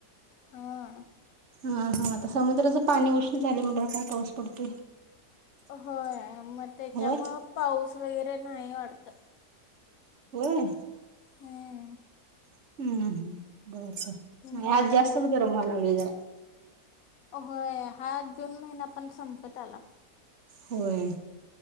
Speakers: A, on the left (about 70°); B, on the right (about 55°).
A: हां.
B: हां हां आता समुद्राचं पाणी उष्ण झालंय म्हणाल्यावर काय पाऊस पडतोय?
A: होय. मग त्याच्यामुळं
B: होय
A: पाऊस <unintelligible> नाही वाटतं.
B: होय?
A: हम्म.
B: हम्म बर. नाही
A: मग
B: आज जास्तच गरम व्हाय लागलंय जरा.
A: होय हा जून महिना पण संपत आला.
B: होय